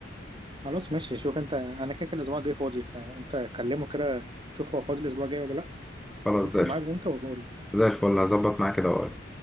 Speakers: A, on the right; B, in the centre.
A: خلاص ماشي شوف انت انا كده كده الاسبوع الجاي فاضي فانت كلمه كده شوف هو فاضي الاسبوع الجاي ولا لا
B: خلاص
A: وشوف
B: زي
A: الميعاد
B: الفل
A: امتى وبقول
B: زي الفل هظبط معاه كده وأقول